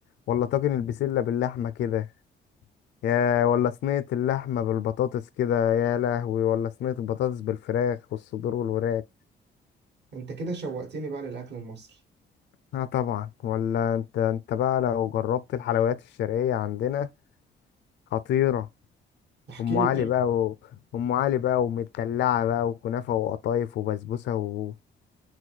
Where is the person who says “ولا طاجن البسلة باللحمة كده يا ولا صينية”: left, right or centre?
Left